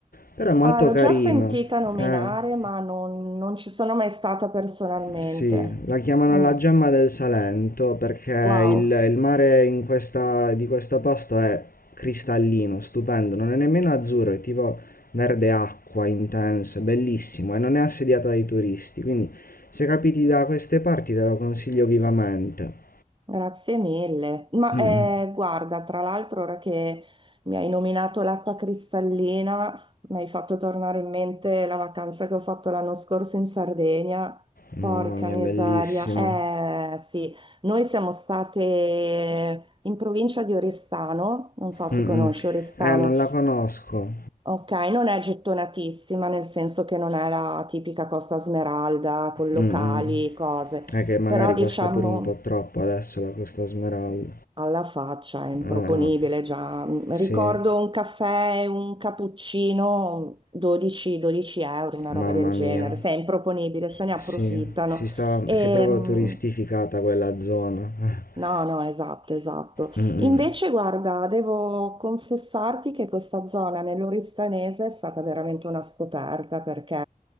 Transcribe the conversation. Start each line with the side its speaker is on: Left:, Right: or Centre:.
Left: però è molto
Right: Ah, l'ho
Left: carino.
Right: già sentita nominare,
Left: Eh.
Right: ma non, non ci sono mai stata personalmente.
Left: Sì, la chiamano
Right: Mm,
Left: la gemma del Salento perché
Right: Wow,
Left: il, il mare in questa- di questo posto è cristallino, stupendo, non è nemmeno azzurro, è tipo verde acqua intenso, è bellissimo e non è assediata dai turisti, quindi se capiti da queste parti te lo consiglio vivamente.
Right: grazie mille. Ma
Left: Mm,
Right: eh,
Left: mm.
Right: guarda, tra l'altro, ora che mi hai nominato l'acqua cristallina, mi hai fatto tornare in mente la vacanza che ho fatto l'anno scorso in Sardegna.
Left: Mamma
Right: Porca
Left: mia,
Right: miseria.
Left: bellissima.
Right: Eh sì, noi siamo state in provincia di Oristano, non so se
Left: Mm,
Right: conosci
Left: mm.
Right: Oristano.
Left: Eh, non la conosco.
Right: Ok, non è gettonatissima nel senso che non è la tipica Costa Smeralda con locali,
Left: Mm, mm.
Right: cose,
Left: È che magari
Right: però
Left: costa
Right: diciamo
Left: pure un po' troppo adesso la Costa Smeralda.
Right: alla faccia è improponibile
Left: Eh, eh,
Right: già. Mm,
Left: sì.
Right: Ricordo un caffè, e un cappuccino, 12-12 euro, una roba
Left: Mamma
Right: del genere,
Left: mia,
Right: se è improponibile, se ne
Left: sì,
Right: approfittano.
Left: si sta,
Right: Ehm,
Left: si è proprio turistificata quella zona. <laughs>
Right: No, no, esatto, esatto.
Left: Mm, mm,
Right: Invece, guarda, devo confessarti che questa zona nell'Oristanese è stata veramente una scoperta perché